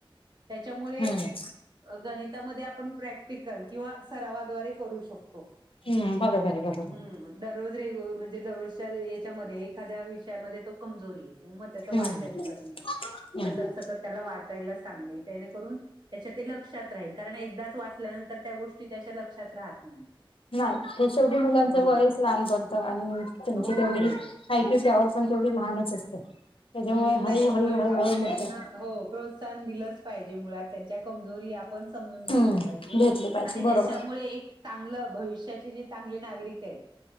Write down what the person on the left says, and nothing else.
हम्म
हम्म बरोबर आहे बरोबर
हम्म
हम्म.
नाही ते शेवटी मुलांचं
वयच लहान पडतं आणि त्यांची
तेवढी
हाइट त्यावर पण तेवढी लहानच असते. त्याच्यामुळे
हळूहळू
हळूहळू
मिळते
हम्म
घेतली पाहिजे
बरोबर